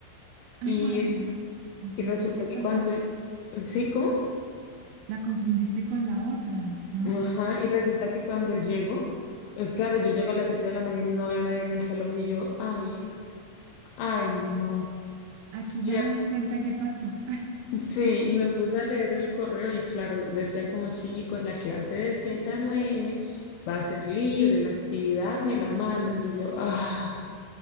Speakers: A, on the right; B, on the left.
A: Ay,
B: Y,
A: la confundiste
B: y resulta que
A: con
B: cuando,
A: la,
B: ¿sí? ¿Cómo?
A: la confundiste con la otra, ¿no?
B: Ajá, y resulta que cuando llego, pues claro, yo llego a las 7 de la mañana y no veo a nadie en el salón y yo, ay, Ay, no.
A: Aquí
B: Y
A: ya me di cuenta qué pasó.
B: me- sí, y me puse a leer el correo y claro, decía como chicos, la clase de 7 a 9, va a ser libre, la actividad me la mandan y yo, ah,